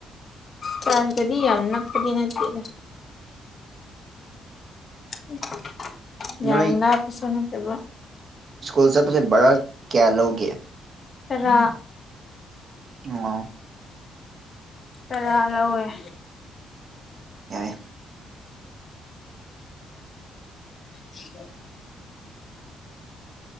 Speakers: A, on the left; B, on the right.
A: ꯀꯗꯤ ꯌꯥꯝ ꯅꯛꯄꯗꯤ ꯅꯠꯇꯦꯗ <unintelligible>
B: ꯅꯣꯏ
A: ꯌꯥꯝ ꯂꯥꯞꯄꯁꯨ ꯅꯠꯇꯕ
B: ꯁ꯭ꯀꯨꯜ ꯆꯠꯄꯁꯦ ꯕ꯭ꯔꯥ ꯀꯌꯥ ꯂꯧꯒꯦ
A: ꯇꯔꯥ
B: <unintelligible>
A: ꯇꯔꯥ ꯂꯧꯑꯦ
B: ꯌꯥꯏꯌꯦ
A: <inaudible> <unintelligible>